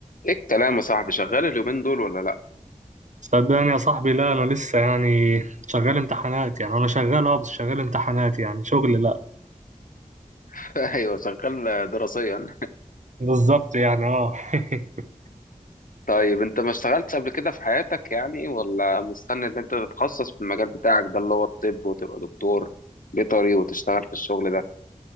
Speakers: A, on the left; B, on the right.
A: ايه الكلام يا صاحبي شغال اليومين دول ولا لا
B: صدقني يا صاحبي لا انا لسه يعني شغال امتحانات يعني انا شغال اه بس شغال امتحانات يعني شغل لا
A: <laughs> ايوه شغال دراسيا
B: بالظبط يعني اه <laughs>
A: طيب انت ما اشتغلتش قبل كده في حياتك يعني ولا مستني ان انت تتخصص في المجال بتاعك ده اللي هو الطب وتبقى دكتور بيطري وتشتغل في الشغل ده